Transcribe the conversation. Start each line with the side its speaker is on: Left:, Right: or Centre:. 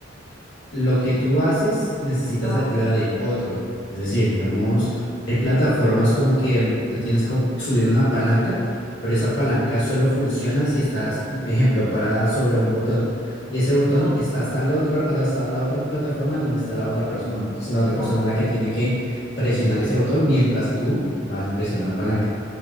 Left: lo que tú haces necesitas
Right: ajá,
Left: ayuda del otro. Es decir, digamos,
Right: ajá,
Left: hay plataformas como que tú tienes que subir una palanca, pero esa palanca solo funciona si estás, ejemplo, parada sobre un botón. Y ese botón
Right: ajá,
Left: está hasta el otro, hasta la otra plataforma en donde está la otra persona. Entonces la
Right: ajá.
Left: otra persona es la que tiene que presionar ese botón mientras tú vas y presionas la palanca.